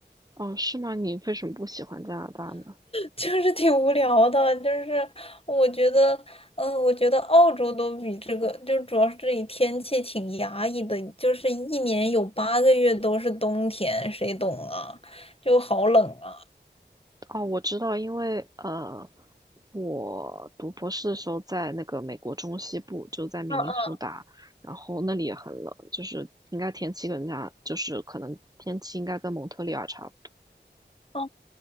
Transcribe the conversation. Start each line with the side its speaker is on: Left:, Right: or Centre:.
Right: 哦，是吗？你为什么不喜欢加拿大呢？
Left: 就是挺无聊的，就是我觉得，嗯、我觉得澳洲都比这个，就主要是这里天气挺压抑的，就是一年有八个月都是冬天，谁懂啊？就好冷啊！
Right: 哦，我知道，因为呃，我读博士的时候在那个美国中西部，就在明尼苏达，
Left: 啊啊
Right: 然后那里也很冷，就是应该天气跟加，就是可能天气应该跟蒙特利尔差不多。
Left: 哦，